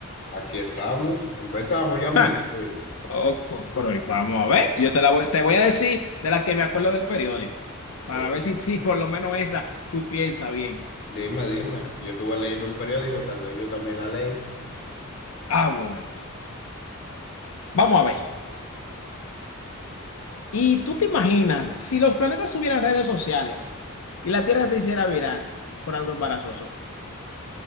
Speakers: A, on the left; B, on the left.
A: aquí estamos. Empezamos ya mismo.
B: Ja,
A: Dime,
B: oh, pues, pero vamos a ver, yo te la voy, te voy a decir de las que me acuerdo del periódico, para
A: dime,
B: ver si,
A: dime,
B: si por lo menos esa tú piensas bien.
A: dime, dime. Yo estuve leyendo el periódico, tal vez yo también la leí.
B: Ah, bueno, vamos a ver. ¿Y tú te imaginas si los planetas tuvieran redes sociales y la Tierra se hiciera viral por algo embarazoso?